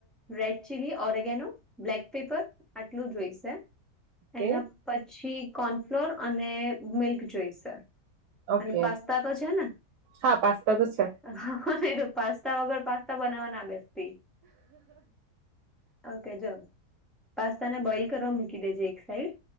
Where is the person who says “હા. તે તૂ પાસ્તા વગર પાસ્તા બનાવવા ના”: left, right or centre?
Centre